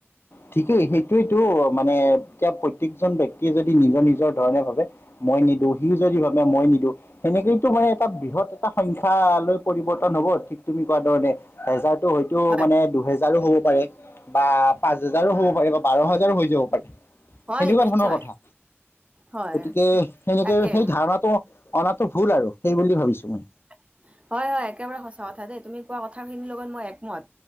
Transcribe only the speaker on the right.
হয়
হয়
নিশ্চয়
হয়
তাকে
<inaudible> হয় হয় একেবাৰে সঁচা কথা দেই তুমি কোৱা কথাখিনিৰ লগত মই একমত